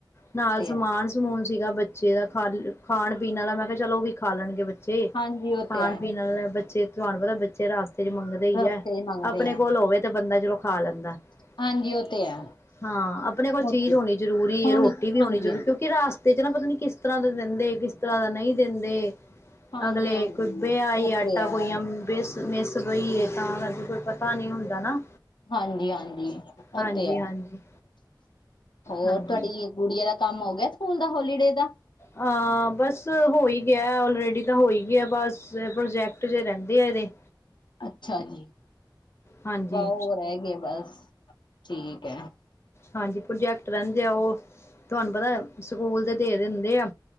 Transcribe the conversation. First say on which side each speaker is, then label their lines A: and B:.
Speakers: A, on the left; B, on the left.
A: ਨਾਲ
B: ਤੇ
A: ਸਮਾਨ
B: ਹੈ
A: ਸਮੂਨ ਸੀਗਾ ਬੱਚੇ ਦਾ ਖਾਲੀ ਖਾਣ-ਪੀਣ ਵਾਲਾ, ਮੈਂ ਕਿਹਾ ਚੱਲ ਉਹ ਵੀ ਖਾ ਲੈਣਗੇ ਬੱਚੇ
B: ਹਾਂਜੀ ਉਹ
A: ਖਾਣ-ਪੀਣ
B: ਤੇ ਹੈ
A: ਵਾਲੇ ਬੱਚੇ ਤੁਹਾਨੂੰ ਪਤਾ ਬੱਚੇ ਰਸਤੇ ਚ ਮੰਗਦੇ ਈ
B: ਰਸਤੇ
A: ਏ,
B: ਚ ਮੰਗਦੇ
A: ਆਪਣੇ
B: ਹੈ
A: ਕੋਲ ਹੋਵੇ ਤੇ ਬੰਦਾ ਚਲੋ ਖਾ ਲੈਂਦਾ। <inaudible>
B: ਹਾਂਜੀ ਉਹ ਤੇ ਹੈ
A: ਹਾਂ, ਆਪਣੇ ਕੋਲ
B: ਉਹ
A: ਚੀਜ਼
B: ਤੇ
A: ਹੋਣੀ
B: ਹੈ
A: ਜ਼ਰੂਰੀ
B: ਹੁਣ
A: ਏ, ਰੋਟੀ ਵੀ
B: ਹਾਂਜੀ
A: ਹੋਣੀ ਜ਼ਰੂਰੀ
B: ਹਾਂਜੀ
A: ਕਿਉਂਕਿ ਰਾਸ ਤੇ ਚ ਪਤਾ ਨੀ ਕਿਸ ਤਰ੍ਹਾਂ ਦਾ ਦਿੰਦੇ ਕਿਸ ਤਰ੍ਹਾਂ ਦਾ ਨਹੀਂ ਦਿੰਦੇ
B: ਹਾਂਜੀ
A: ਅਗਲੇ
B: ਹਾਂਜੀ
A: ਕੋਈ ਵਿੇਹ ਹੀ
B: ਉਹ
A: ਆਟਾ
B: ਤੇ ਹੈ
A: ਕੋਈਆਮਬੀਸ ਮਿਸ ਬਈ ਏ ਤਾਂ ਮੈ ਵੀ ਕੋਈ ਪਤਾ ਨਹੀਂ ਹੁੰਦਾ ਨਾ
B: ਹਾਂਜੀ-ਹਾਂਜੀ
A: ਹਾਂਜੀ-ਹਾਂਜੀ,
B: ਉਹ ਤੇ ਹੈ ਹੋਰ
A: ਹਾਂਜੀ
B: ਤੁਹਾਡੀ
A: ਹਾਂਜੀ
B: ਗੁੜੀਆਂ ਦਾ ਕੰਮ ਹੋ ਗਿਆ ਸਕੂਲ ਦਾ ਹੋਲੀਡੇ ਦਾ
A: ਹਾਂ ਬਸ ਹੋ ਹੀ ਗਿਆ ਅਲਰੇਡੀ ਤਾਂ ਹੋਈ ਗਿਆ ਬਸ ਪ੍ਰੋਜੈਕਟ ਜੇ ਰਹਿੰਦੇ ਆ ਇਹਦੇ
B: ਅੱਛਾ ਜੀ
A: ਹਾਂਜੀ
B: ਵਾਹ ਉਹ ਰਹਿ ਗਏ ਬਸ ਠੀਕ ਹੈ
A: ਹਾਂਜੀ ਪ੍ਰੋਜੈਕਟ ਰਹਿੰਦੇ ਆ ਉਹ ਤੁਹਾਨੂੰ ਪਤਾ ਸਕੂਲ ਤੇ ਦੇ ਦਿੰਦੇ ਆ